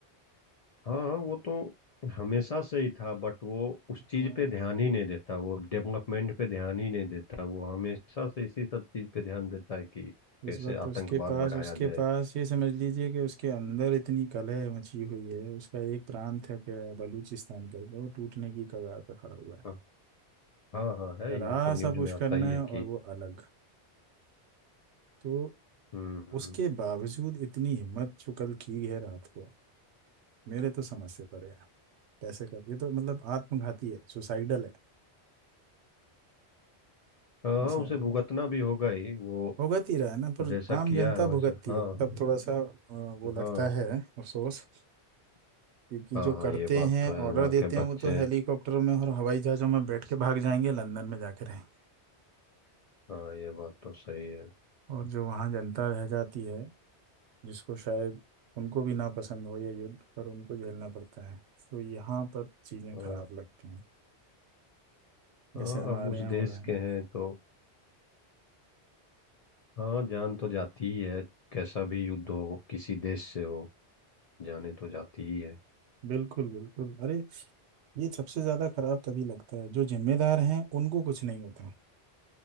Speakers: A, on the left; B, on the right.
A: हाँ वो तो हमेशा से ही था बट वो उस
B: हाँ
A: चीज पे ध्यान ही नहीं देता वो डेवलपमेंट पे ध्यान ही नहीं देता वो हमेशा से इसी सब चीज पे ध्यान देता है कि कैसे
B: इस वक्त उसके
A: आतंकवाद
B: पास
A: बढ़ाया
B: उसके
A: जाए
B: पास ये समझ लीजिए कि उसके अंदर इतनी कलह मची हुई है उसका एक प्रांत है क्या बलूचिस्तान करके वो टूटने की कगार पर खड़ा हुआ है
A: हाँ हाँ हाँ, है
B: जरा
A: ये तो न्यूज
B: सा पुश
A: में आता
B: करना
A: ही है
B: है और
A: कि
B: वो अलग तो
A: हम्म
B: उसके बावजूद इतनी हिम्मत जो कल की है रात को मेरे तो समझ से परे है कैसे कर ये तो मतलब आत्मघाती है सुसाइडल है
A: हाँ
B: जैसे
A: उसे भुगतना भी होगा ही वो
B: भुगत ही रहा है ना पर
A: जैसा
B: आम
A: किया
B: जनता
A: है वैसा
B: भुगतती
A: हाँ
B: है तब थोड़ा सा अ, वो लगता
A: हाँ
B: है अफसोस क्योंकि
A: हाँ
B: जो
A: हाँ
B: करते
A: ये बात
B: हैं
A: तो है
B: ऑर्डर
A: वहाँ
B: देते
A: के
B: हैं
A: बच्चे
B: वो तो हेलीकॉप्टरों में और हवाई जहाज़ों में बैठ के भाग जाएंगे लंदन में जाके रहेंगे
A: हाँ ये बात तो सही है
B: और जो वहाँ जनता रह जाती है जिसको शायद उनको भी ना पसंद हो ये युद्ध पर उनको झेलना पड़ता है तो यहाँ पर चीज़ें
A: हाँ
B: खराब लगती हैं जैसे
A: हाँ
B: हमारे
A: अब उस
B: यहाँ
A: देश
B: हो रहा है
A: के हैं तो हाँ जान तो जाती ही है कैसा भी युद्ध हो किसी देश से हो जाने तो जाती ही है
B: बिल्कुल बिल्कुल अरे ये सबसे ज़्यादा खराब तभी लगता है जो जिम्मेदार हैं उनको कुछ नहीं होता